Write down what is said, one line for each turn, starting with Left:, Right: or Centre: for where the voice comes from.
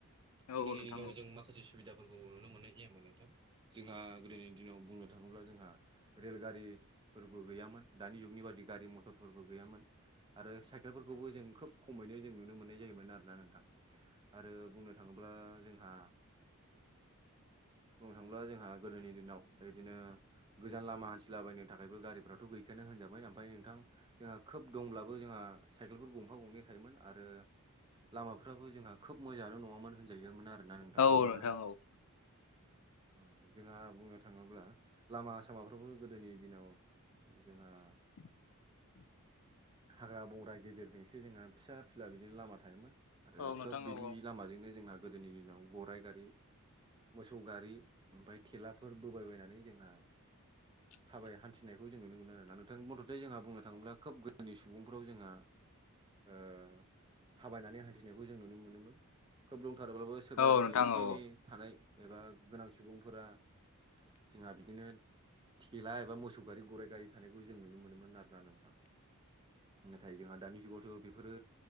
Left: औ
Right: गोदोनि
Left: औ नोंथां
Right: दिनाव
Left: औ
Right: जों माखासे सुबिदाफोरखौ नुनो मोननाय जायामोन नोंथां। जोंहा गोदोनि दिनाव बुंनो थाङोब्ला जोंहा रेलगारिफोरबो गैयामोन। दानि जुगनि बादि गारि मथरफोरबो गैयामोन। आरो साइकेलफोरखौबो जों खोब खमैनो जों नुनो मोननाय जायोमोन आरोना नोंथां। आरो बुंनो थाङोब्ला जोंहा बुंनो थाङोब्ला जोंहा गोदोनि दिनाव इदिनो गोजान लामा हान्थिलाबायनो थाखायबो गारिफ्राथ' गैखायानो होनजाबोन ओमफ्राय नोंथां। जोंहा खोब दंब्लाबो जोंहा साइकेलफोर गंफा गंनै थायोमोन आरो। लामाफ्राबो जोंहा खोब मोजाङानो नङामोन होनजायोमोन आरोना नोंथां
Left: औ औ
Right: जोंहा
Left: औ
Right: औ जोंहा बुंनो थाङोब्ला लामा सामाफ्रावबो गोदोनि दिनाव जोंहा
Left: <inaudible>
Right: हाग्रा बंग्रा गेजेरजोंसो जोंहा फिसा फिला बिदिनो लामा थायोमोन। आरो
Left: औ नोंथां
Right: खोब
Left: औ
Right: बिदि लामाजोंनो जोंहा गोदोनि दिनाव गराइ गारि मोसौ गारि ओमफ्राय थेलाफोर बबायबायनानै जोंहा
Left: <inaudible>
Right: थाबाय हान्थिनायखौ जों नुनो मोनो आरोना नोंथां मथथे जोंहा बुंनो थाङोब्ला खोब गोदोनि सुबुंफ्राव जोंहा ओ थाबायनानै हान्थिनायखौ जों नुनो मोनोमोन खोब लंथारोब्लाबो सोरबा
Left: औ औ
Right: दिनै
Left: नोंथां
Right: एसे
Left: औ
Right: एनै थानाय एबा गोनां सुबुंफोरा जोंहा बिदिनो थेला एबा मोसौ गारि गराइ गारि थानायखौ जों नुनो मोनोमोन आरोना नोंथां। नाथाय जोंहा दानि जुगावथ' बेफोरो